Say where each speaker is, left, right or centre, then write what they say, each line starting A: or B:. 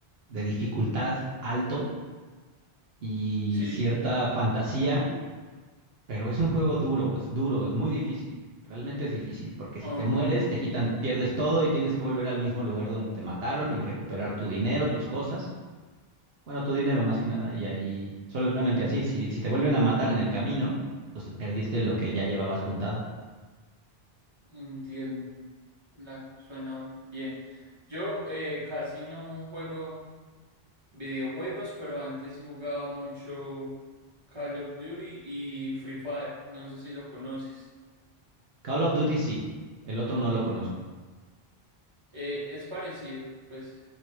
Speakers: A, on the right; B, on the right.
A: de dificultad alto y
B: sí.
A: cierta fantasía, pero es un juego duro, es duro, es muy difícil. Realmente es difícil, porque
B: Ah,
A: si te mueres, te quitan, pierdes todo y tienes que volver al mismo lugar donde te mataron y recuperar tu dinero, tus cosas. Bueno, tu dinero más que nada, y ahí solamente así, si, si te vuelven a matar en el camino, pues perdiste lo que ya llevabas juntado.
B: entiendo. La, suena bien. Yo eh, casi no juego videojuegos, pero antes sí jugaba mucho Call of Duty y Free Fire. No sé si lo conoces.
A: Call of Duty sí, el otro no lo conozco.
B: Eh, es parecido, pues